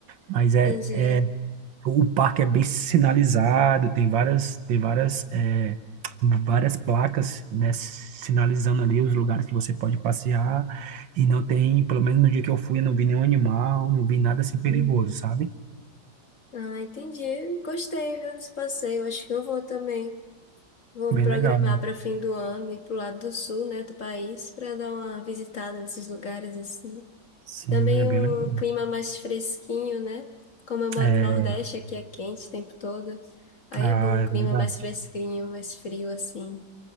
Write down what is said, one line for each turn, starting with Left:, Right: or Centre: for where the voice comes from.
Right: Mas é,
Left: Entendi.
Right: o parque é bem sinalizado, tem várias, tem várias, é, várias placas, né, sinalizando ali os lugares que você pode passear. E não tem, pelo menos no dia que eu fui, eu não vi nenhum animal, não vi nada assim perigoso,
Left: Uhum.
Right: sabe?
Left: Ah, entendi. Gostei, viu, desse passeio, acho que eu vou também. Vou me
Right: Bem
Left: programar
Right: legal.
Left: para fim do ano ir pro lado do sul, né, do país, para dar uma visitada nesses lugares assim.
Right: Sim,
Left: Também
Right: é bem
Left: um
Right: legal.
Left: clima mais fresquinho, né? Como eu moro
Right: É,
Left: no Nordeste, aqui é quente o tempo todo. Aí
Right: ah,
Left: é bom um
Right: é
Left: clima
Right: verdade.
Left: mais fresquinho, mais frio, assim.